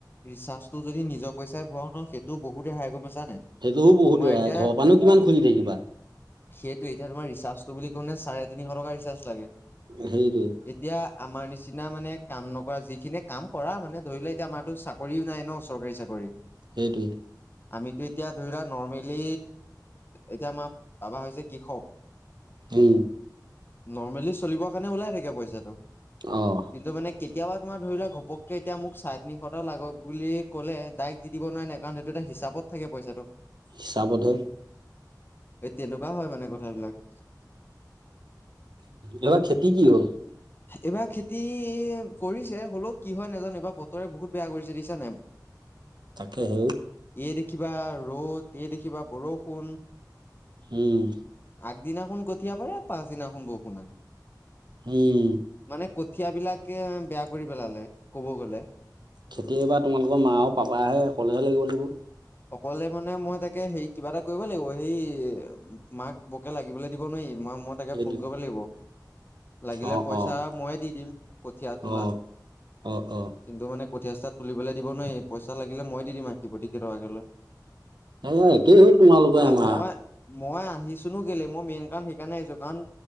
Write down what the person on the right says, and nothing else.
সেইটোও বহুত
ৰেহাই
ঘৰৰ পৰানো কিমান খুজি থাকিবা।
সেইটোৱে
সেইটোৱেই।
উম।
অহ।
হিচাপত ধয়ে।
এইবা খেতি কি হ'ল।
তাকে সেওঁ।
উম।
উম।
খেতিযে এবা তোমালোকৰ মা আৰু পাপা হে কলেহে লাগিব লাগিব।
সেইটোৱে।
অ',
অ',
অ',
অ', অ',
এ একেই হে তোমালোকই আমা।